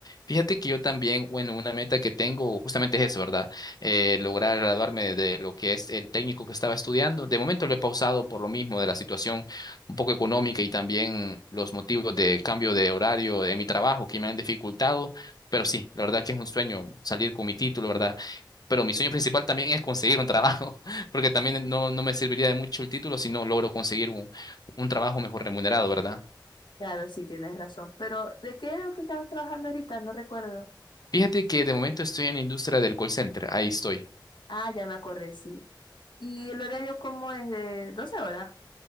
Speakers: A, on the left (about 55°); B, on the left (about 70°).
A: Fíjate que yo también, bueno, una meta que tengo justamente es eso, ¿verdad? Eh, lograr graduarme de lo que es el técnico que estaba estudiando. De momento lo he pausado por lo mismo de la situación un poco económica y también los motivos de cambio de horario de mi trabajo que me han dificultado. Pero sí, la verdad que es un sueño salir con mi título, ¿verdad? pero mi sueño principal también es conseguir un trabajo, <laughs> porque también no, no me serviría de mucho el título si no logro conseguir un, un trabajo mejor remunerado, ¿verdad?
B: Claro, sí, tienes razón. Pero, ¿de qué era lo que estabas trabajando ahorita? No recuerdo.
A: Fíjate que de momento estoy en la industria del call center, ahí estoy.
B: Ah, ya me acordé, sí. ¿Y el horario cómo es? ¿De 12 horas?